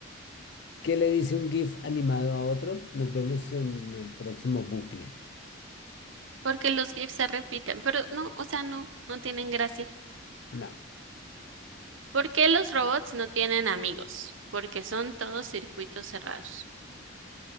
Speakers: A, on the left; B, on the right.
A: ¿Qué le dice un GIF animado a otro? Nos vemos en el próximo bucle.
B: Porque los GIFs se repiten, pero no, o sea, no, no tienen gracia.
A: No.
B: ¿Por qué los robots no tienen amigos? Porque son todos circuitos cerrados.